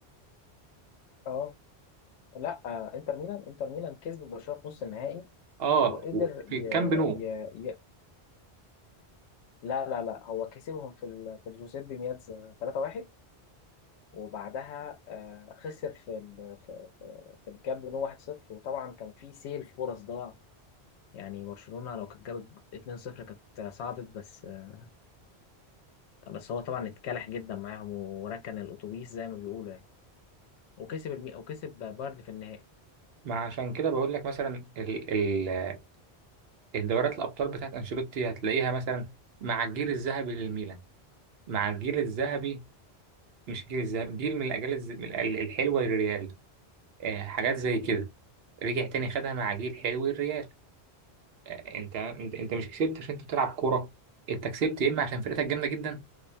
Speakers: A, on the left; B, on the right.
A: اه لا آه انتر ميلان انتر ميلان كسب برشلونة في نص النهائي
B: اه
A: وقدر
B: و- في
A: ي...
B: الكامب نو
A: ي... ي... لا لا لا هو كسبهم في ال... في الجوزيبي مياتزا 3-1 وبعدها آه، خسر في ال... في, في, في الكامب نو 1-0 وطبعا كان في سيل فرص ضاع يعني برشلونة لو كانت جابت 2-0 كانت صعدت بس آه، بس هو طبعا اتكلح جدا معاهم وركن الأتوبيس زي ما بيقولوا يعني وكسب المي... وكسب بايرن في النهائي
B: ما عشان كده بقول لك مثلا ال ال الدورات الأبطال بتاعت أنشيلوتي هتلاقيها مثلا مع الجيل الذهبي للميلان مع الجيل الذهبي مش الجيل الذهبي جيل من الاجيال الز- من ال- الحلوه للريال آه حاجات زي كده رجع تاني خدها مع جيل حلو الريال آه انت انت انت مش كسبت عشان انت بتلعب كوره انت كسبت يا اما عشان فرقتك جامده جدا